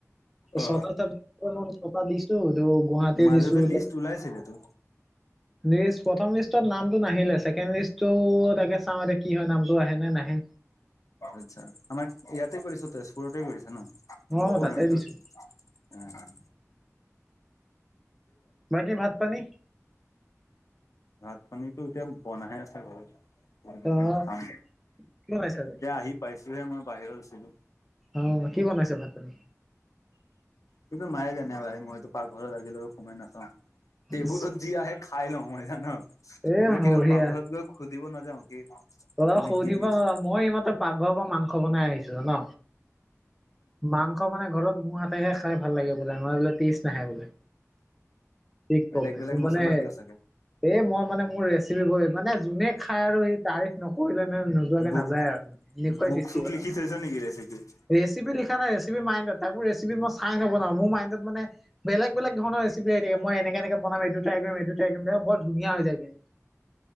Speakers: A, on the left (about 80°); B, in the centre.
A: অ
B: ছয়টা টো ধৰ গুৱাহাটীৰ
A: মাজতে
B: দিছো
A: লিষ্ট ওলাইছিলেতো
B: লিষ্ট প্ৰথম লিষ্টত নামটো নাহিলে, চেকে চেকেণ্ড লিষ্টটো তাকে চাওঁ এতিয়া কি হয় নামটো আহে নে নাহে।
A: আচ্ছা আমাৰ ইয়াতে কৰিছ তে-তেজপুৰতে কৰিছে ন'
B: অ'
A: গভমেন্টত।
B: তাতে দিছো
A: উম।
B: বাকী ভাত পানী?
A: ভাত পানীটো এতিয়া বনাহে আছে ঘৰত।
B: অ'
A: খাম।
B: কি বনাইছে আজি
A: এতিয়া আহি পাইছোহে, মই বাহিৰত আছিলো।
B: অ' কি বনাইছে ভাত পানী
A: সেইটো মায়ে জনে ভাই, মইতো পাক ঘৰত সোঁমাই নাচাওঁ। টেবুলত
B: ইছ,
A: যি আহে খাই লওঁ মই জান,
B: এ
A: মই কি
B: বঢ়িয়া
A: পাক ঘৰ গৈ সুধিব নাযাও কি
B: তই
A: মানে
B: সুধিব
A: কি দি আছে
B: নোৱাৰ, মই ইমাত্ৰ পাকঘৰত গৈ মাংস বনাই আহিছো জান'। মাংস মানে ঘৰত মোৰ হাতেহে খাই ভাল লাগে বোলে নহয় বোলে টেষ্ট নাহে বোলে। শিক
A: বেলেগ
B: কৈছে
A: বেলেগ মছলা
B: মানে
A: দিয় চাগে
B: এ, মই মানে মোৰ ৰেচিপি ব মানে যোনে খাই আৰু সি তাৰে নকৰিলে মে নোযোৱাকে
A: বুক
B: নাযায় আৰু মানে এনেকুৱাই
A: বুক
B: টেষ্টি
A: চুক
B: বনওঁ।
A: লিখি থৈছ নেকি ৰেচিপিত
B: ৰেচিপি লিখা নাই ৰেচিপ মাইনডত তাকো ৰেচেপিত মই চাই নবনাও, মোৰ মাইণ্ডত মানে বেলেগ ধৰণৰ ৰেচি হৈ থাকে মই এনে এনেকে বনাম, এইটো টাই কৰিমটো, টাই কৰিম বৰ ধুনীয়া হৈ যায়গে।